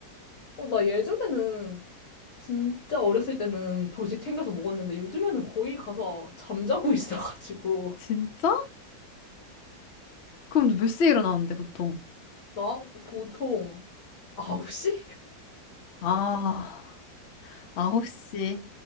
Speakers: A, on the left; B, on the left.
A: 어, 나 예전에는, 진짜 어렸을 때는 조식 챙겨서 먹었는데, 요즘에는 거의 가서 잠자고 <laughs> 있어가지고.
B: 진짜? 그럼 너 몇 시에 일어나는데, 보통?
A: 나 보통 9시?
B: 아, 아홉 시